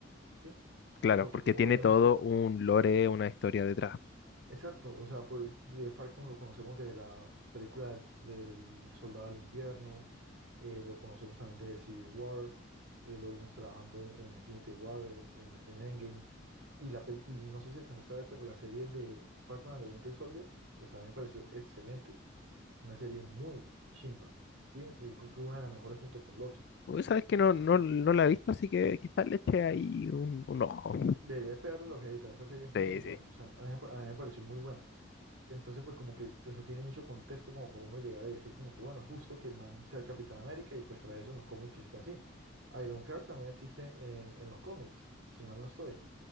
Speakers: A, on the right (about 80°); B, on the left (about 55°).
A: ¿Sí?
B: claro,
A: Porque
B: porque
A: pues
B: tiene
A: obviamente
B: todo un lore, una historia detrás.
A: Exacto, o sea, pues de Falcon lo conocemos de la película del, del Soldado del Invierno, eh, lo conocemos también de Civil War, eh, lo vimos trabajando en, en Infinity War, en, en- en Endgame, y, la, peli- y no sé si alcanzaste a ver, pero la serie de Falcon and the Winter Soldier, pues a mí me pareció excelente, una serie muy chimba, ¿sí? Yo creo que una de las mejores junto con Loki.
B: Uy, sabes que no, no, no la he visto, así que quizás le eche ahí un, un ojo.
A: Deberías pegarle la ojeadita, esa serie es muy
B: Sí,
A: buena,
B: sí.
A: o sea, a mí, me pa- a mí me pareció muy buena. Entonces, pues como que, o sea, tiene mucho contexto como para uno llegar a decir como que, bueno, es justo que el man sea el Capitán América y pues tras eso en los cómics está así. Ironheart también existe en, en los cómics, si mal no estoy,